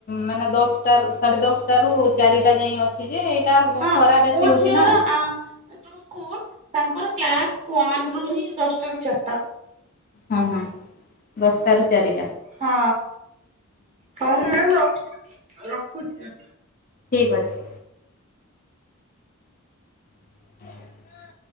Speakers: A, on the left (about 40°); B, on the right (about 30°).
A: ମାନେ ଦଶଟାରୁ ସାଢ଼େ ଦଶଟାରୁ ଚାରିଟା ଯାଏଁ ଅଛି ଯେ
B: ହଁ
A: ଖରା
B: ଅ
A: ବେଶୀ
B: ମୋ
A: ହଉଛି
B: ଝିଅର
A: ନା।
B: ଆ ଯୋଉ ସ୍କୁଲ ତାଙ୍କର କ୍ଲାସ ୱାନ ରୁ ହିଁ ଦଶ ଟାରୁ ଚାରିଟା।
A: ହଁ ହଁ ଦଶଟା ରୁ ଚାରି
B: ହଁ ହଉ ମ୍ୟାଡ଼ମ୍ ରଖ ରଖୁଛି।
A: ଠିକ ଅଛି। <unintelligible>